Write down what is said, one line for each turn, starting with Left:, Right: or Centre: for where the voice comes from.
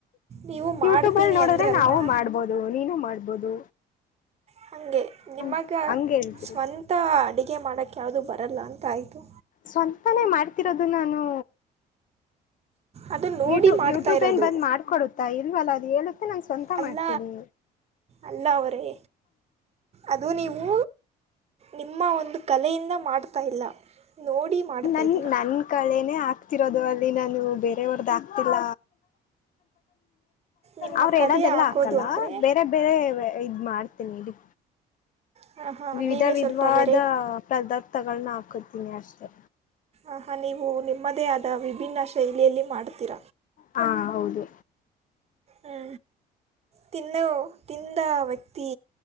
Right: ನೀವು
Left: ಯೂಟ್ಯೂಬ್
Right: ಮಾಡ್ತೀನಿ
Left: ಅಲ್ ನೋಡಿದ್ರೆ
Right: ಅಂದ್ರಲ್ವಾ
Left: ನಾವು ಮಾಡ್ಬೋದು ನೀನು ಮಾಡ್ಬೋದು.
Right: ಹಂಗೆ ನಿಮಗೆ
Left: ಹ ಹಂಗ ಹೇಳ್ತಿರಿ
Right: ಸ್ವಂತ ಅಡುಗೆ ಮಾಡೋಕ್ ಯಾವುದು ಬರಲ್ಲ ಅಂತ ಆಯಿತು.
Left: ಸ್ವಂತಾನೇ ಮಾಡ್ತಿರೋದು ನಾನು
Right: ಅದು ನೋಡಿ
Left: ಯೂಟ್ಯೂ
Right: ಮಾಡ್ತಾ
Left: ಯೂಟ್ಯೂಬ್
Right: ಇರೋದು
Left: ಏನ್ ಬಂದ್ ಮಾಡ್ಕೊಡುತ್ತಾ ಇಲ್ವಲ್ಲ ಅದು ಹೇಳು ತ್ತೆ ನಾನ್ ಸ್ವಂತ
Right: ಅಲ್ಲ
Left: ಮಾಡ್ತೀನಿ.
Right: ಅಲ್ಲ ಅವರೇ ಅದು ನೀವು ನಿಮ್ಮ ಒಂದು ಕಲೆಯಿಂದ ಮಾಡ್ತಾ ಇಲ್ಲ ನೋಡಿ ಮಾಡ್ತಾ
Left: ನನ್
Right: ಇದ್ದೀರ
Left: ನನ್ ಕಳೇನೇ ಆಗ್ತಿರೋದು ಅಲ್ಲಿ ನಾನು ಬೇರೆಯಾವ್ರ್ದ್ ಹಾಕ್ತಿಲ್ಲ.
Right: ನಿಮ್ಮ
Left: ಅವ್ರ್
Right: ಕಲೆ
Left: ಹೇಳೋದೆಲ್ಲ
Right: ಹಾಕೋದು
Left: ಹಾಕಲ್ಲ
Right: ಅಂದರೆ
Left: ಬೇರೆ ಬೇರೆ ಇವ್ ಇದ್ ಮಾಡ್ತೀನಿದು.
Right: ಹಾಂ ಹಾಂ
Left: ವಿವಿಧ
Right: ನೀವೇ
Left: ವಿಧವಾದ
Right: ಸ್ವಲ್ಪ ವೆರೈ
Left: ಪದಾರ್ಥಗಳನ್ನ ಹಾಕತೀನಿ ಅಷ್ಟೇ.
Right: ಆಹಾ ನೀವು ನಿಮ್ಮದೇ ಆದ ವಿಭಿನ್ನ ಶೈಲಿಯಲ್ಲಿ ಮಾಡ್ತೀರ.
Left: ಹಾ ಹೌದು
Right: ಹ್ಞೂ ತಿನ್ನೋ ತಿಂದ ವ್ಯಕ್ತಿ